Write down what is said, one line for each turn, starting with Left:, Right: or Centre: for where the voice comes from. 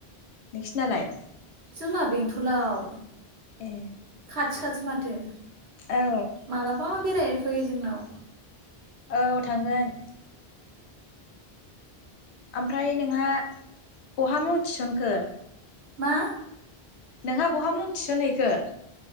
Left: नोंसिनालाय?
Right: जोंना बेंथलाव
Left: ए।
Right: आथि खासो मा जों
Left: औ
Right: मालाबा बेरायनो फै जोंनाव।
Left: औ थांगोन। ओमफ्राय नोंहा बहा मुं थिसनखो?
Right: मा?
Left: नोंहा बहा मुं थिसनहैखो?